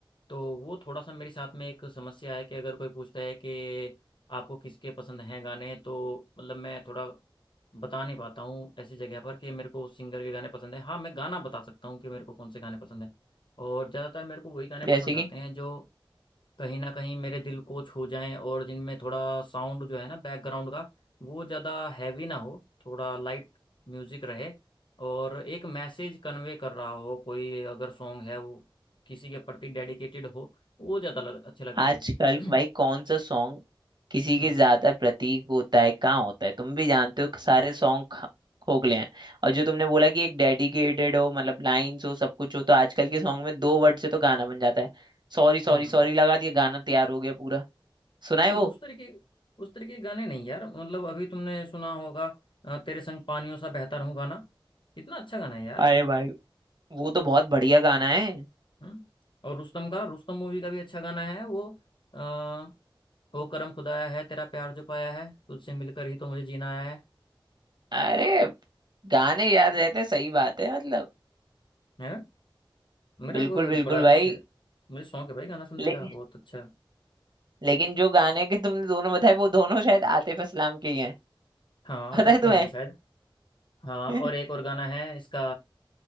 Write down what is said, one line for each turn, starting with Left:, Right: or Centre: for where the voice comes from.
Left: तो वो थोड़ा सा मेरे साथ में एक समस्या है कि अगर कोई पूछता है कि आपको किसके पसंद हैं गाने तो मतलब मैं थोड़ा बता नहीं पाता हूँ ऐसी जगह पर कि मेरे को उस सिंगर के गाने पसंद है हाँ मैं गाना बता सकता हूँ कि मेरे को कौन से गाने पसंद हैं और ज़्यादातर मेरे को वही गाने
Right: जैसे
Left: पसंद
Right: कि
Left: आते हैं जो कहीं ना कहीं मेरे दिल को छू जाएं और जिनमें थोड़ा साउंड जो है ना बैकग्राउंड का वो ज़्यादा हैवी ना हो थोड़ा लाइट म्यूजिक रहे और एक मैसेज कन्वे कर रहा हो कोई अगर सॉन्ग है वो किसी के प्रति डेडिकेटेड हो वो ज़्यादा लग, अच्छे लगते
Right: आजकल
Left: हैं
Right: भाई
Left: <clears throat>
Right: कौन सा सॉन्ग किसी
Left: हम्म
Right: के ज्यादा प्रतीक होता है कहाँ होता है तुम भी जानते हो सारे सॉन्ग खोखले हैं और जो तुमने बोला कि एक डेडिकेटेड हो मतलब लाइन्स हो सब कुछ हो तो आजकल के सॉन्ग में दो वर्ड से तो गाना बन जाता है सॉरी सॉरी
Left: हम्म
Right: सॉरी लगा दिया गाना तैयार हो गया पूरा सुना है
Left: नहीं
Right: वो
Left: उस तरीके उस तरीके के गाने नहीं यार मतलब अभी तुमने सुना होगा अ, तेरे संग पानियों सा बहता रहूं गाना कितना अच्छा गाना है यार
Right: अरे भाई वो तो बहुत बढ़िया गाना है
Left: हम्म? और रुस्तम का रुस्तम मूवी का भी अच्छा गाना है वो आ, वो करम खुदाया है तेरा प्यार जो पाया है तुझसे मिलकर ही तो मुझे जीना आया है
Right: अरे गाने याद रहते सही बात है मतलब
Left: है ना मेरे
Right: बिल्कुल
Left: को
Right: बिल्कुल
Left: बड़ा
Right: भाई
Left: अच्छे मुझे शौक है भाई गाना सुनने
Right: ले,
Left: का बहुत अच्छा
Right: लेकिन जो गाने के तुमने दोनों बताए वो दोनों शायद आतिफ असलाम के ही हैं <laughs>
Left: हाँ आतिफ
Right: पता है
Left: के
Right: तुम्हें
Left: होंगे शायद हाँ
Right: <laughs>
Left: और एक और गाना है इसका